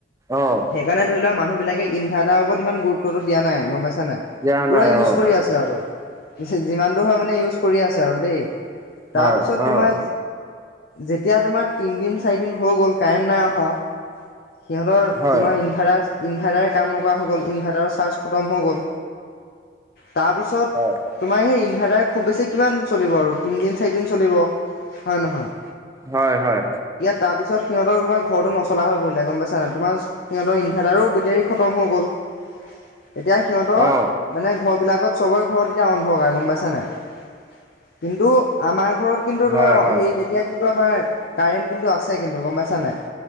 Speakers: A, on the right (about 15°); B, on the left (about 55°).
A: অ'।
B: সেইকাৰণে ধৰি লওক মানুহ বিলাকে ইনভাৰ্টাৰৰ ওপৰত ইমান গুৰুত্বতটো দিয়া নাই গম পাইছো পোৰা
A: দিয়া নাই
B: ইউজ
A: অ',
B: কৰি আছে আৰু, যিমান দূৰ হয় মানে ইউজ কৰি আছে আৰু দেই।
A: হয়,
B: তাৰপিছত
A: অ',
B: তোমাৰ যেতিয়া তোমাৰ তিন দিন। চাৰি দিন হৈ গ'ল কাৰেণ্ট নাই অহা সিহঁতৰ
A: হয়,
B: তোমাৰ ইনভাৰটাৰ। ইনভাৰ্টাৰে কাম নকৰা হৈ গ'ল ইনভাৰ্টাৰৰ চাৰ্জ খতম হৈ গ'ল। তাৰপিছত
A: হয়,
B: তোমাৰ সেই। ইনভাৰ্টাৰ খুব বেছি কিমান চলিব আৰু তিনিদিন চাৰিদিন চলিব হয় নহয়‌।
A: হয় হয়।
B: তাৰ পিছত সিহঁতৰ তোমাৰ ঘৰটো নচলা হৈ পৰিলে গম পাইছা তোমাৰ সিহঁতৰ ইনভাৰটাৰো বেটেৰী খতম হৈ গ'ল।
A: <unintelligible>
B: এতিয়া সিহঁতৰ
A: অ'।
B: মানে ঘৰ বিলাকত চবৰে ঘৰত এতিয়া অন্ধকাৰ গম পাই। বুজা কিন্তু আমাৰ ঘৰত কিন্তু
A: হয়,
B: তোমাৰ
A: হয়,
B: হেৰি তেতিয়া কি। কিন্তু আমাৰ কাৰেণ্ট কিন্তু আছে কিন্তু গম পাইছা নাই